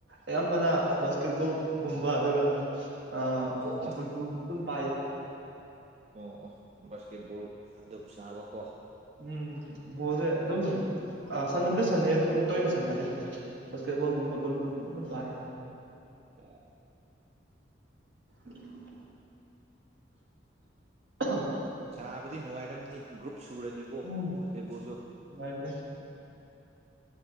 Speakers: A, on the right; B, on the right.
A: ꯑꯌꯥꯝꯕꯅ ꯕꯥꯁꯀꯦꯠ ꯕꯣꯜꯒꯨꯝꯕ ꯑꯗꯨꯒ ꯑꯥ
B: ꯑꯣ
A: ꯏꯁꯤꯡ
B: ꯑꯣ
A: ꯄꯨꯟ ꯄꯨꯕꯤ ꯑꯗꯨꯨꯝ ꯄꯥꯏꯌꯦ
B: ꯑꯣ ꯕꯥꯁꯀꯦꯠꯕꯣꯜ ꯑꯗꯨꯝ ꯁꯥꯅꯕꯀꯣ
A: ꯎꯝ ꯕꯣꯜꯁꯦ ꯑꯗꯨꯝ ꯁꯥꯟꯅꯕꯗꯤ ꯁꯥꯟꯅꯩ ꯑꯗꯨꯕꯨ ꯇꯣꯏꯅ ꯁꯥꯟꯅꯗꯦ ꯀꯦꯕꯜꯒꯨꯝꯕ ꯕꯪꯂꯣꯒꯨꯝꯕ ꯄꯥꯏ
B: ꯑ
A: ꯎꯝ ꯑꯍ
B: ꯅꯥꯕꯗꯤ ꯅꯨꯡꯉꯥꯏꯔꯝꯅꯤ ꯒ꯭ꯔꯨꯞ ꯁꯨꯔꯨꯔꯗꯤ ꯀꯣ
A: ꯎꯝ
B: ꯑꯣꯛꯀꯦ ꯕꯣꯖꯣ
A: ꯅꯨꯡꯉꯥꯏꯕꯅꯦ